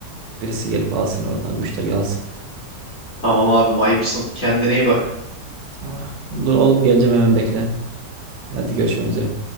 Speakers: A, on the right; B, on the left.
A: birisi gelip alsın oradan müşteri alsın.
B: tamam abim ayıpsın. Kendine iyi bak.
A: Ah. Dur oğlum geleceğim hemen bekle. Hadi görüşmek üzere.